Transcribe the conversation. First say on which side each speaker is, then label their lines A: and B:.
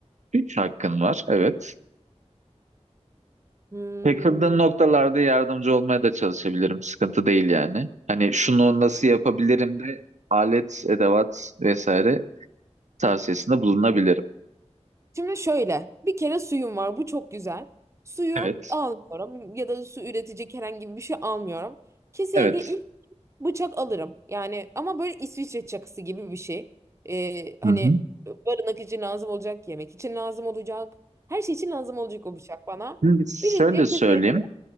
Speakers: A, on the right; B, on the right.
A: Üç hakkın var evet.
B: Hmm.
A: Takıldığın noktalarda yardımcı olmaya da çalışabilirim. Sıkıntı değil yani. Hani şunu nasıl yapabilirim de alet, edevat vesaire tavsiyesinde bulunabilirim.
B: Şimdi şöyle, bir kere suyum var. Bu çok güzel. Suyu
A: Evet.
B: almıyorum ya da su üretecek herhangi bir şey almıyorum. Kesinlikle
A: Evet.
B: ilk bıçak alırım. Yani ama böyle İsviçre çakısı gibi bir şey. Ee, hani
A: Hı hı.
B: barınak için lazım olacak, yemek için lazım olacak. Her şey için lazım olacak o bıçak bana.
A: Şimdi şöyle
B: Birinci
A: söyleyeyim.
B: kesinlikle